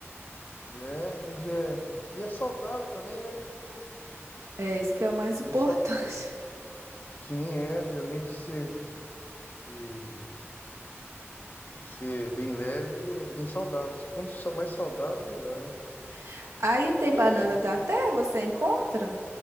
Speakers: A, on the left; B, on the right.
A: é, mas é, e é saudável também, né?
B: É isso que é o mais
A: É bem
B: importante.
A: saudável. Sim, é, ele, além de ser de, de ser bem leve, ele é bem saudável. Quanto sa- mais saudável, melhor, né?
B: <laughs> Aí tem
A: É,
B: banana
A: que
B: da terra, você encontra